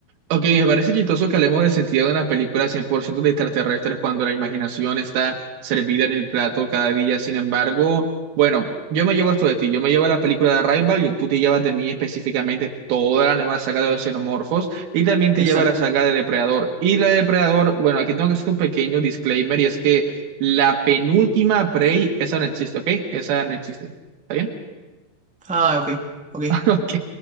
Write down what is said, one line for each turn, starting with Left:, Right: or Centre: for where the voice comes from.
Right: Ok, me parece chistoso que hablemos del sentido de una película 100% de extraterrestres cuando la imaginación está servida en el plato cada día. Sin embargo, bueno, yo me llevo esto de ti. Yo me llevo la película de Arrival y tú te llevas de mí específicamente toda la nueva saga de los xenomorfos y también te
Centre: Exacto.
Right: lleva la saga de Depredador. Y la de Depredador, bueno, aquí tengo que hacer un pequeño disclaimer y es que la penúltima Prey, esa no existe, ¿ok? Esa no existe. ¿Está bien?
Centre: Ah, ok, ok.
Right: Ok,